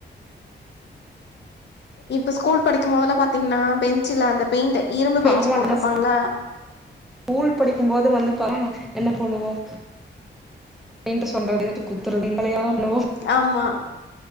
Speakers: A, on the left; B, in the centre.
A: இப்ப ஸ்கூல் படிக்கும் போதலம் பாத்தீங்கன்னா பெஞ்சுல அந்த பெயிண்ட் இரும்பு பெஞ்ச்
B: ஆமாம்
A: போட்டிருப்பாங்களா
B: நம்ம ஸ்கூல் படிக்கும் போது வந்து என்ன பண்ணுவோம் அ சொல்றது குத்துறது பண்ணுவோம்
A: ஆமா அ